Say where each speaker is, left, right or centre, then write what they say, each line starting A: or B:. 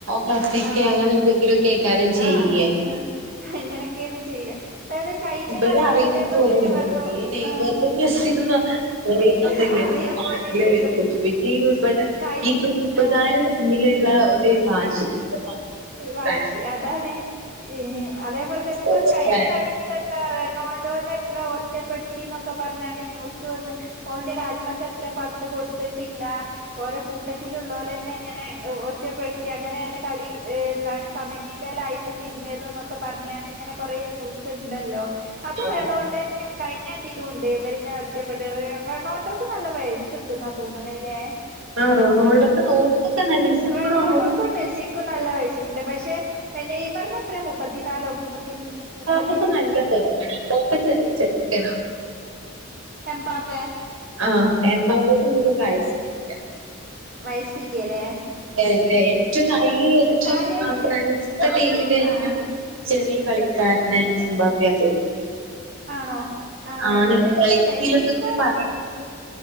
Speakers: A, on the right; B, on the right.
A: കത്തിക്ക
B: ആഹ്
A: അങ്ങനെ എന്തെങ്കിലും ക്കെകാരം ചെയ്യ
B: ആഹ് അങ്ങനൊക്കേണ് ചെയ്യ ഇപ്പേതാ കഴിഞ്ഞ
A: ഇവരറിയു
B: കളീല് ഇതേപോലെ തന്നെ റെണോ
A: ഈ നെയ്മറിനും
B: ആഹ്
A: മെസ്സിക്കും പറയുന്നൊന്നില്ലല്ലോ
B: ആഹ് അറിയാൻ
A: നാട്ടില്
B: പോലുല്ല്യത്രെ
A: വ ഈ ഇവിടെ
B: കയി
A: ഈ ക്ലബ്‌കാര്
B: ആഹ്
A: തമ്മിലുള്ള ഒരു വാശിയാണ് അവിടെ നടക്കുന്നത്
B: ഒരു വാശി
A: ഫാൻസ്
B: അതാണ് ഈ അതേപോലെ തന്നെ ഇപ്പൊത്
A: ഓരോ
B: കഴിഞ്ഞ
A: ഫാൻസ്
B: കളിലും എത്താ പറയാ റൊണോൾഡോനെ എത്ര ഒറ്റപ്പെടുത്തി എന്നൊക്കെ പറഞ്ഞാണ്ട് ന്യൂസ് വന്ന് ഓന്റെ കാൽമക്ക് എത്ര പന്ത് കൊടുത്തിട്ടില്ല ഓലെ കൂട്ടത്തിലുള്ളോലെന്നെങ്ങനെ ഒറ്റപ്പെടുത്തി അങ്ങനെയാണ് കളി ഏ എന്താണ് സമനിലെലായിട്ട് പിരിഞ്ഞത് ന്നൊക്കെ പറഞ്ഞാണ്ട് ഇങ്ങനെ കൊറേ ന്യൂസ് സുണ്ടല്ലോ അത്
A: ആ
B: റണോൾഡനെ കഴിഞ്ഞ ത്തിലുണ്ട് ഇവരിങ്ങനെ ഒറ്റപ്പെട്ട് റെ ണോൾഡക്ക് നല്ല വയസ്സുണ്ട്ന്നാ തോന്നണയിലെ
A: ആ റൊണോൾഡക്ക്‌ ഓൽകൊക്കെ നല്ല മെസ്സിക്കോ
B: റൊണാൾഡോക്കും
A: <unintelligible>
B: മെസ്സിക്കും നല്ല വയസ്സ് ഇണ്ട് പക്ഷെ നെയ്മർന് എത്രേ മുപ്പത്തി നാലോ മുപ്പത്തി അഞ്ചോ മുപ്പത്തി
A: ഇതൊക്കെ നല്ല കുറവാണ് ഇപ്പൊക്കെ ചെറിയ ചെക്കന
B: എമ്പാപെ
A: ആ എമ്പാപ്പക്ക് അത്ര വയസ്സൊന്നില്ല
B: വയസ്സില്ല്യ ലേ
A: ഏ ഇല്ല ഏറ്റവും അയില് ഏറ്റവും
B: കാര്യായിട്ട്
A: ആ ഫ്രാൻസിത്തെ ടീമില് ഏറ്റവും
B: ആഹ്
A: ചെറിയ കളിക്കാരനായി എമ്പാപ്പേ അത്
B: ആണോ ആ
A: ആണ്
B: ഇവർക്ക്
A: കഴിഞ്ഞതിലൊക്കെ
B: മെസിക്കും
A: ഇങ്ങനെ പറയുന്നുണ്ടല്ലോ